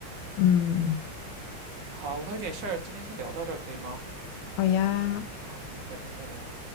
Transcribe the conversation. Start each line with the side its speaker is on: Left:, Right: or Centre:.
Left: 嗯，
Right: 好，我还有点事儿，今天先聊到这儿可以吗？
Left: 好呀。
Right: 好，那么改天再聊。